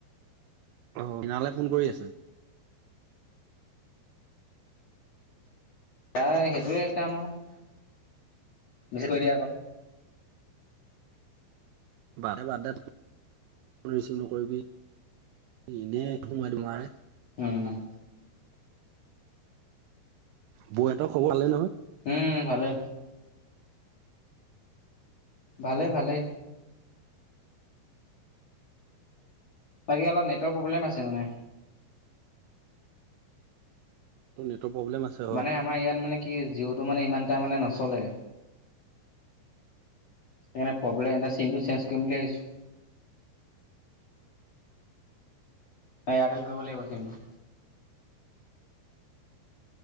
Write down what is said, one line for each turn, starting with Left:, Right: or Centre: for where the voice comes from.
Right: অ' মিনালে ফোন কৰি আছে।
Left: নাই সেইটোৱে কানো। বেছি কৰি দিয়া আকৌ।
Right: <unintelligible> বাদদে বাদদে, ৰিচিভ নকৰিবি। এনেই সময় দিব নোৱাৰে।
Left: উম।
Right: বৌহঁতৰ খবৰ ভালেই নহয়?
Left: উম, ভালেই। ভালে ভালে। বাকী অলপ নেটৰ প্ৰব্লেম আছে মানে।
Right: <unintelligible> আছে হয়।
Left: মানে আমাৰ ইয়াত মানে কি জিঅ'টো মানে ইমান এটা মানে নচলে। সেইকাৰণে প্ৰব্লেম চিমটো চেঞ্জ কৰিম বুলি ভাবিছো। হয় ইয়াৰটেল কৰিব লাগিব চিমটো।